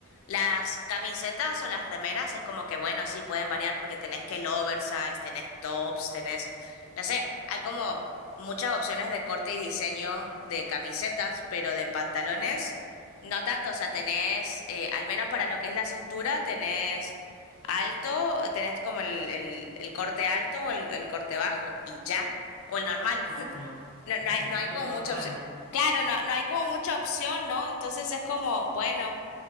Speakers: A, on the left; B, on the right.
A: Las camisetas o las remeras es como que, bueno, sí, pueden variar porque tenés que el oversize, tenés tops, tenés, no sé, hay como muchas opciones de corte y diseño de camisetas, pero de pantalones no tanto, o sea, tenés, eh, al menos para lo que es la cintura, tenés Alto, tenés como el, el, el corte alto o el, el corte bajo y ya, o el normal.
B: Claro,
A: <laughs> No, no
B: <laughs>
A: hay, no
B: no,
A: hay
B: el
A: como
B: normal.
A: mucha opción. Claro, no, no hay como mucha opción, ¿no? Entonces es como, bueno,